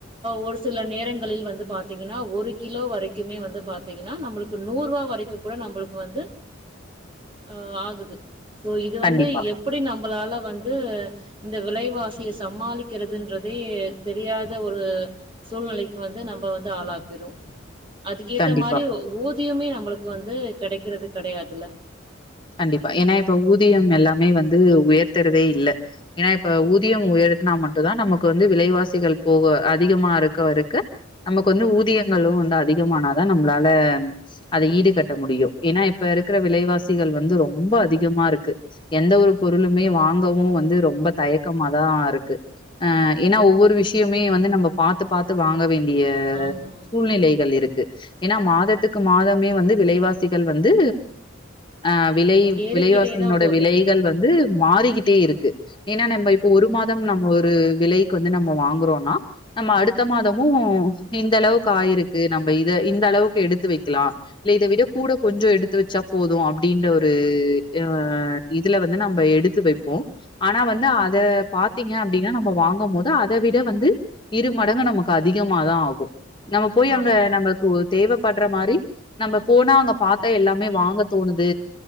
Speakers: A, on the right; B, on the left.
A: ஒரு சில நேரங்களில் வந்து பாத்தீங்கன்னா ஒரு கிலோ வரைக் குமே வந்து பாத்தீங்கன்னா நம்மளுக்கு நூறுபா வரைக்கு கூட நம்மளுக்கு வந்து ஆ ஆகுது சோ இத
B: கண்டிப்பா,
A: வந்து எப்டி நம்மளால வந்து இந்த விலைவாசியை சமாளிக்கிறதுன்றதே தெரியாத ஒரு சூழ்நிலைக்கு வந்து நம்ம வந்து ஆளாக்கிறும் அதுக்கேத்த
B: கண்டிப்பா.
A: மாறி ஊதியமே நம்மளுக்கு வந்து கிடைக்கிறது கிடையாதுல
B: கண்டிப்பா ஏன்னா இப்ப ஊதியம் எல்லாமே வந்து உயர்த்தறதே இல்ல ஏன்னா இப்ப ஊதியம் உயர்த்துனா மட்டுதா நமக்கு வந்து விலைவாசிகள் போக அதிகமா இருக்கவ இருக்கு நமக்கு வந்து ஊதியங்களும் வந்து அதிகமானாதா நம்மளால அதை ஈடு கட்ட முடியும் ஏன்னா இப்ப இருக்கிற விலைவாசிகள் வந்து ரொம்ப அதிகமா இருக்கு எந்த ஒரு பொருளுமே வாங்கவும் வந்து ரொம்ப தயக்கமாதா இருக்கு ஆ ஏன்னா ஒவ்வொரு விஷயமே வந்து நம்ம பாத்து பாத்து வாங்க வேண்டு டிய
A: ஆமா
B: சூழ்நிலைகள் இருக்கு ஏன்னா மாதத்துக்கு மாதமே வந்து விலைவாசிகள் வந்து ஆ விலை
A: ஏறிக்கிட்டே
B: விலைவாசியினோட
A: தா போகுது
B: விலைகள் வந்து மாறிக்கிட்டே இருக்கு ஏன்னா நம்ம இப்ப ஒரு மாதம் நம்ம ஒரு விலைக்கு வந்து நம்ம வாங்குறோனா நம்ம அடுத்த மாதமும் இந்த அளவுக்கு ஆயிருக்கு நம்ம இத இந்த அளவுக்கு எடுத்து வைக்கலா இல்ல இத விட கூட கொஞ்சோ எடுத்து வச்சா போதும் அப்டின்ற ஒரு ஆ இதுல வந்து நம்ம எடுத்து வைப்போ ஆனா வந்து அத பாத்தீங்க அப்டின்னா நம்ம வாங்கும் போது அத விட வந்து இரு மடங்கு நமக்கு அதிகமாதா ஆகு நம்ம போய் அங்க
A: ஆமா
B: நமக்கு தேவைப்படுற மாறி நம்ம போனா அங்க பாத்தா எல்லாமே வாங்க அது